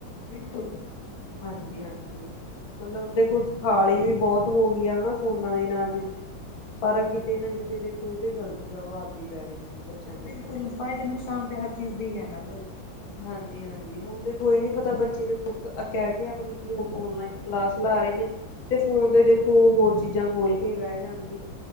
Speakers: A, on the left (about 85°); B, on the left (about 70°).
A: ਬਿਲਕੁਲ।
B: ਹਾਂਜੀ -ਹਾਂਜੀ। ਮਤਲਬ ਦੇਖੋ ਸੋਖਾਲੀ ਵੀ ਬੌਤ ਹੋ ਗਈ ਐ ਨਾ, ਫੋਨਾ ਦੇ ਨਾਲ ਜਿੰਦਗੀ। ਪਰ ਕਿਤੇ ਨਾ ਕਿਤੇ ਦੇਖੋ, ਇਦੇ ਗਲਤ ਪ੍ਰਭਾਵ ਵੀ ਪੈ ਰਏ ਨੇ ਬੱਚਿਆਂ ਦੇ
A: ਬਿਲਕੁਲ
B: ਉੱਪਰ
A: ਫਾਏਦੇ ਨੁਕਸਾਨ ਤੇ ਹਰ ਚੀਜ਼ ਦੇ ਈ ਹੈ ਨਾ ਫੇਰ
B: ਹਾਂਜੀ- ਹਾਂਜੀ। ਹੁਨ ਦੇਖੋ ਏ ਨੀ ਪਤਾ ਬੱਚੇ ਦੇਖੋ ਅ ਕੇ ਆਪਨੀ ਕਿ ਓ ਓਨਲਾਈਨ ਕਲਾਸ ਲਾ ਰਏ ਨੇ। ਤੇ ਫੋਨ ਤੇ, ਦੇਖੋ ਓ ਹੋਰ ਚੀਜਾਂ ਖੋਲ ਕੇ ਬੈਹ ਜਾਣਗੇ।